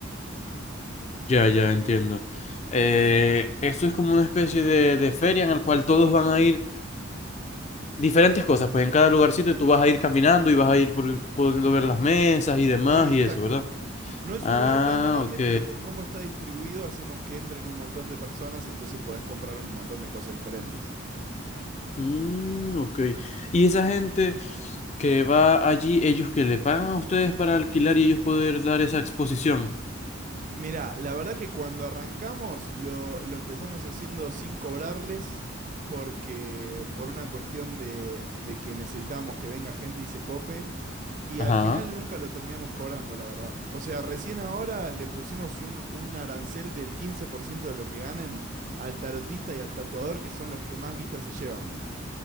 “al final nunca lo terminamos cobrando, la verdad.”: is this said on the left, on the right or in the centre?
Right